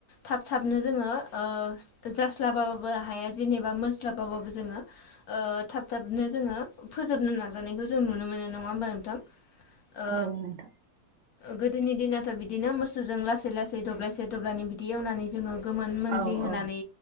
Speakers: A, on the left (about 65°); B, on the right (about 70°).
A: थाब-थाबनो जोङो ओ जास्लाबाबो हाया जेनेबा मोनस्लाब बाबो जोङो थाब-थाबनो जोङो फोजोबनो नाजा नाजानायखौ जों नुनो मोनो नङा होम्बा नोंथां ओ
B: औ नोंथां
A: गोदोनि दिनाथ' बिदिनो मोसौजों लासै-लासै दब्लायसे दब्लायनै बिदि एवनानै जोङो गोमोन मोनग्लि
B: औ
A: होनानै
B: औ